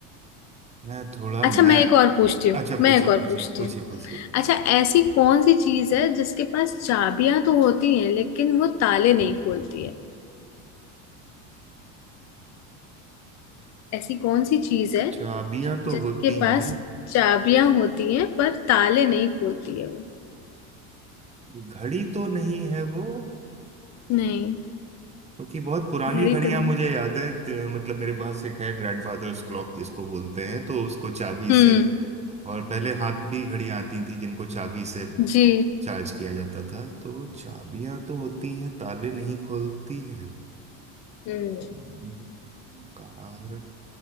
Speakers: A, on the right; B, on the left.
A: मैं थोड़ा
B: अच्छा
A: मैं
B: मैं एक और पूछती हूँ
A: अच्छा
B: मैं
A: पूछिए
B: एक और
A: पूछिए
B: पूछती
A: पूछिए
B: हूँ
A: पूछिए
B: अच्छा ऐसी कौन सी चीज है जिसके पास चाबियां तो होती हैं लेकिन वो ताले नहीं खोलती है ऐसी कौन सी चीज है
A: चाबियां तो
B: जिसके
A: होती
B: पास
A: हैं
B: चाबियां होती हैं पर ताले नहीं खोलती है वो
A: घड़ी तो नहीं है वो
B: नहीं
A: क्योंकि बहुत पुरानी
B: घड़ी
A: घड़ियां
B: तो नहीं
A: मुझे याद है त- मतलब मेरे पास एक है ग्रैंडफादर्स क्लॉक जिसको बोलते हैं तो उसको चाबी
B: हम्म
A: से और पहले हाथ भी घड़ियां आती थी जिनको चाबी से
B: जी
A: चार्ज किया जाता था तो चाबियां तो होती हैं ताले नहीं खोलती है
B: हम्म
A: हम्म, कार